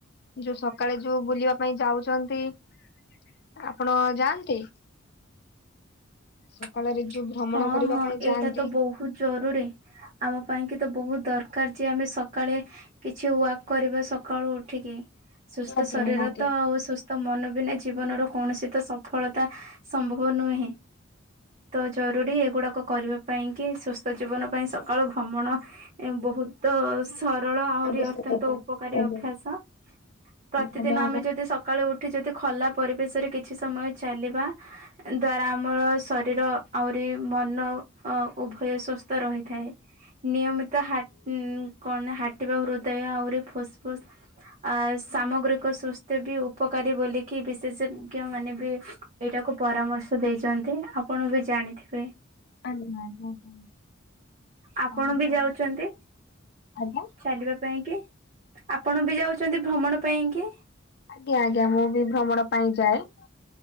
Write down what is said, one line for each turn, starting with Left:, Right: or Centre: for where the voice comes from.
Left: ଯୋଉ ସକାଳେ ଯୋଉ ବୁଲିବା ପାଇଁ ଯାଉଛନ୍ତି <unintelligible> ଆପଣ ଯାଆନ୍ତି?
Right: <inaudible>
Left: ସକାଳରେ ଯୋଉ ଭ୍ରମଣ
Right: ହଁ
Left: କରିବା
Right: ହଁ
Left: ପାଇଁ ଯାଆନ୍ତି
Right: ଏଇଟା ତ ବହୁତ ଜରୁରୀ। ଆମ ପାଇଁ କେତେ ବହୁତ ଦରକାର ଯେ ଆମେ ସକାଳେ କିଛି ୱାକ୍ କରିବା ସକାଳୁ ଉଠିକି। ସୁସ୍ଥ
Left: ନିହାତି
Right: ଶରୀର
Left: ନିହାତି
Right: ତ ଆଉ ସୁସ୍ଥ ମନ ବିନା ଜୀବନର କୌଣସି ତ ସଫଳତା ସମ୍ଭବ ନୁହେଁ <unintelligible> ତ ଜରୁରୀ ଏଗୁଡାକ କରିବା ପାଇଁ କିି ସୁସ୍ଥ ଜୀବନ ପାଇଁ ସକାଳୁ ଭ୍ରମଣ ବହୁତ ସରଳ ଆହୁରି
Left: ଆବଶ୍ୟକତା
Right: ଅତ୍ୟନ୍ତ ଉପକାରୀ
Left: ଆଜ୍ଞା
Right: ଅଭ୍ୟାସ ପ୍ରତିଦିନ
Left: ଆଜ୍ଞା
Right: ଆମେ
Left: ଆମ
Right: ଯଦି ସ ସକାଳେ ଉଠି ଯଦି ଖୋଲା ପରିବେଶରେ କିଛି ସମୟ ଚାଲିବା ଦ୍ଵାରା ଆମର ଶରୀର ଆହୁରି ମନ ଉଭୟ ସୁସ୍ଥ ରହିଥାଏ। ନିୟମିତ ହା କଣ ହାଟିବା ହୃଦୟ ଆହୁରି ଫୁସ୍ ଫୁସ ଅ ସାମଗ୍ରୀିକ ସୁସ୍ଥ୍ୟ ବି ଉପକାରୀ ବୋଲିକି ବିଶେଷଜ୍ଞ ମାନେ ବି ଏଇଟାକୁ ପରାମର୍ଶ ଦେଇଛନ୍ତି ଆପଣ ବି ଜାଣିଥିବେ।
Left: ଆଜ୍ଞା ଆଜ୍ଞା।
Right: ଆପଣ
Left: ଆଜ୍ଞା ଆଉ ଏଇଟା
Right: ବି ଯାଉଛନ୍ତି
Left: ଆଜ୍ଞା
Right: ଚାଲିବା ପାଇଁ କି? ଆପଣ ବି ଯାଉଛନ୍ତି ଭ୍ରମଣ ପାଇଁ କି?
Left: ଆଜ୍ଞା ଆଜ୍ଞା ମୁଁ ବି ଭ୍ରମଣ ପାଇଁ ଯାଏ।